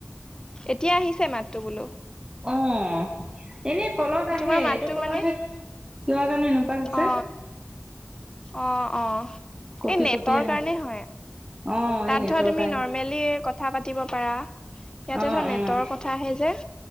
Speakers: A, on the left; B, on the right.
A: এতিয়া আহিছে মাতটো বোলোঁ।
B: অ' এনে কলত আহে,
A: তোমাৰ মাতটো
B: এইটো কলতহে
A: মানে
B: কিয় জানো এনেকুৱা হৈছে।
A: অ অ' অ'
B: কঁপি
A: এই নেটৰ
B: কঁপি আহে
A: কাৰণে হয়।
B: অ'
A: তাত
B: এই নেটৰ
A: ধৰা তুমি
B: কাৰণে
A: নৰ্মেলি কথা পাতিব পাৰা, ইয়াতে
B: অ'
A: ধৰা নেটৰক
B: অ'
A: উঠাহে যে।